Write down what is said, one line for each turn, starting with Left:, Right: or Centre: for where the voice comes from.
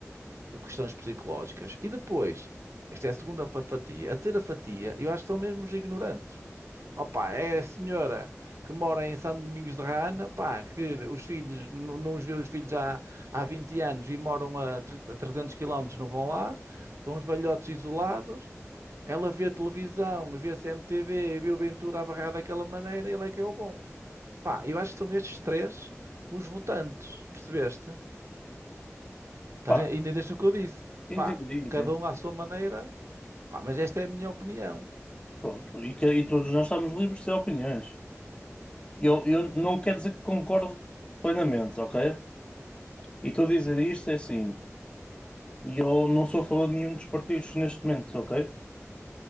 Right: questões psicológicas. E depois, esta é a segunda pa- fatia. A terceira fatia, eu acho que são mesmo os ignorantes. Opa, é a senhora que mora em São Domingos de Rana, pá, que os filhos, não, não os vê os filhos há, há 20 anos e moram a, 30 a 300 quilómetros, não vão lá, estão os velhotes isolados, ela vê televisão, vê a CMTV, e vê o Ventura a barrar daquela maneira, ele é que é o bom. Pá, eu acho que são estes três os votantes, percebeste? Estás
Left: Pá,
Right: a- Entendeste o que eu disse?
Left: entendi,
Right: Pá,
Left: entendi.
Right: cada um à sua maneira, pá, mas esta é a minha opinião.
Left: Pronto, e, que, e todos nós estamos livres de ter opiniões. Eu, eu não quero dizer que concordo plenamente, ok? E estou a dizer isto é assim, e eu não sou a favor de nenhum dos partidos neste momento, ok?